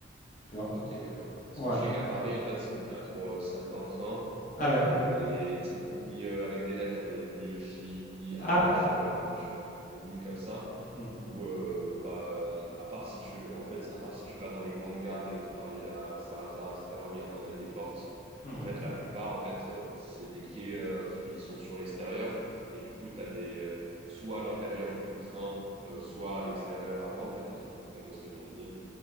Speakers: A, on the left; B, on the right.
A: Tu vois?
B: Ok, d'accord. Parce
A: Ouais.
B: que je sais qu'à Paris, en fait, c'est le cas pour euh, certains trains.
A: Ah
B: Euh,
A: ouais?
B: les, tu sais, les lignes avec des lettres, les lignes J,
A: Ah,
B: H,
A: d'accord.
B: euh, les, che- les lignes comme ça,
A: Mhm,
B: où, euh, pas, euh, à part si tu, en fait, à part si tu vas dans les grandes gares, donc Paris à Saint-Lazare, etc., où il y a quand même des portes,
A: mhm.
B: en fait, la plupart, en fait, euh, c'est des quais euh, qui sont sur l'extérieur. Et du coup, tu as des, euh, soit à l'intérieur du train, euh, soit à l'extérieur avant, tu as des trucs pour composter ton billet.